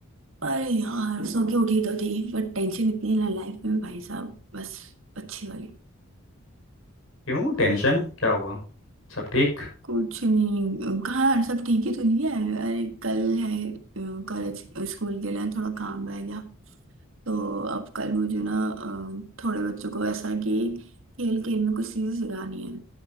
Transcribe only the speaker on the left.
क्यों टेंशन क्या हुआ सब ठीक